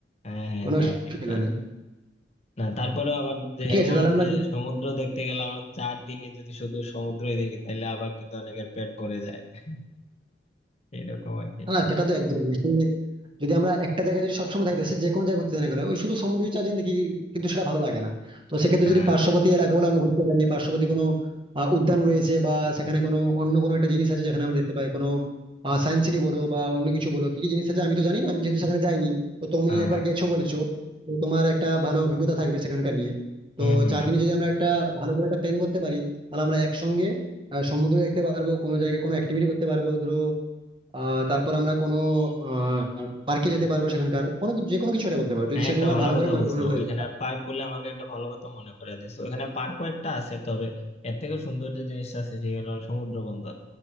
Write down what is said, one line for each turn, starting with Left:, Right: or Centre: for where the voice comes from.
Left: হ্যাঁ হ্যাঁ
Right: কোনো
Left: তা
Right: অসুবিধা
Left: ঠিক তা
Right: নেই
Left: ঠিক না তারপরেও আবার যে
Right: ঠিক
Left: এমন
Right: আছে তাহলে আমরা
Left: যে সমুদ্র দেখতে গেলাম চার দিনে যদি শুধু সমুদ্রই দেখি তাহলে আবার কিন্তু অনেকের পেট ভরে যায় <laughs> এরকম আর কি
Right: না না, সেটা তো একদম আসলে যদি আমরা একটা জায়গায় যদি সবসময় থাকতেছি যে কোনো জায়গায় ঘুরতে যাই না কেন, ওই শুধু সমুদ্রের চারদিন দেখি কিন্তু সেটা ভালো লাগে না তো সেক্ষেত্রে
Left: হ্যাঁ
Right: যদি পার্শ্ববর্তী এলাকাগুলো আমরা ঘুরতে পারি পার্শ্ববর্তী কোনো আহ, উদ্যান রয়েছে বা সেখানে কোনো অন্য কোনো একটা জিনিস আছে যেখানে আমরা দেখতে পাই কোনো সায়েন্স সিটি বলো বা অন্য কিছু বলো কি কি জিনিস আছে আমি তো জানি না আমি যেহেতু সেখানে যাইনি তো তুমি
Left: হ্যাঁ
Right: একবার
Left: হ্যাঁ।
Right: গেছো বলেছো তো তোমার একটা ভালো অভিজ্ঞতা থাকবে সেখানকার নিয়ে তো
Left: হম হম
Right: চার
Left: হম
Right: দিনে যদি আমরা একটা ভালো করে একটা প্ল্যান করতে পারি তাহলে আমরা একসঙ্গে আহ, সমুদ্র দেখতে পারবো কোনো জায়গায় কোনো অ্যাক্টিভিটি করতে পারবো ধরো আহ তারপর আমরা কোনো আহ পার্কে যেতে পারবো সেখানকার কোনো কিছু- যে কোনো কিছু একটা করতে পারবো যদি
Left: হ্যাঁ
Right: সেরকম
Left: একটা
Right: আমরা
Left: ভালো
Right: ভালো
Left: কথা
Right: করে পরিকল্পনা
Left: বলছো
Right: করে
Left: ওইখানে
Right: যেতে পারি
Left: পার্ক বলে আমাকে একটা ভালো কথা মনে করে দিছো ওইখানে পার্কও একটা আছে তবে এর থেকে সুন্দর যে জিনিসটা আছে সেটা হলো সমুদ্র বন্দর